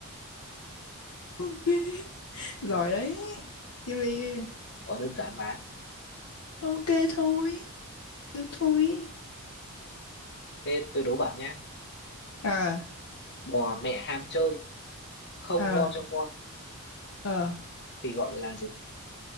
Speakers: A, on the left; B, on the left.
A: Ok, giỏi
B: Ủa,
A: đấy. Tiếp đi.
B: Quá đơn giản mà.
A: Ok thôi, được thôi.
B: Thế tôi đố bạn nhá.
A: Ờ,
B: Bò mẹ ham chơi, không
A: ờ,
B: lo cho con
A: ờ,
B: thì gọi là gì?